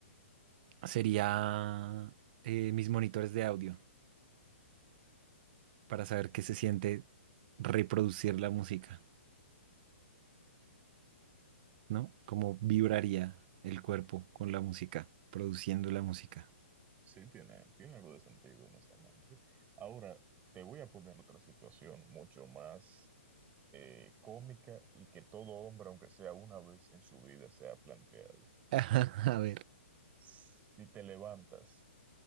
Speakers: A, on the right; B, on the right.
A: sería eh, mis monitores de audio para saber qué se siente reproducir la música, ¿no? Cómo vibraría el cuerpo con la música, produciendo la música.
B: Sí, tiene, tiene algo de sentido, honestamente. Ahora, te voy a poner otra situación mucho más eh, cómica y que todo hombre, aunque sea una vez en su vida, se ha planteado.
A: <laughs> A ver.
B: Si te levantas